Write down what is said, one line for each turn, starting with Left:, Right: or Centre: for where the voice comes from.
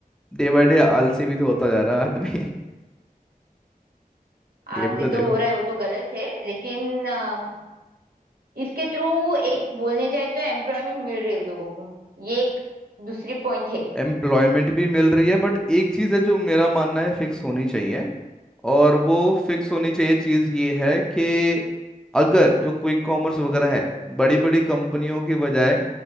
Centre: day by day आलसी भी तो होता जा रहा है आदमी <laughs>
Right: आलसी
Centre: ये भी तो देखो
Right: तो हो रहा है वो तो गलत है लेकिन अ, इसके थ्रू एक बोलने जाए तो एम्प्लॉयमेंट मिल रही है लोगों को ये एक दूसरी पॉइंट है
Centre: एम्प्लॉयमेंट भी मिल रही है बट एक चीज़ है जो मेरा मानना है फिक्स होनी चाहिए और वो फिक्स होनी चाहिए चीज़ ये है कि अगर जो क्विक कॉमर्स वगैरह है बड़ी बड़ी कंपनियों की बजाय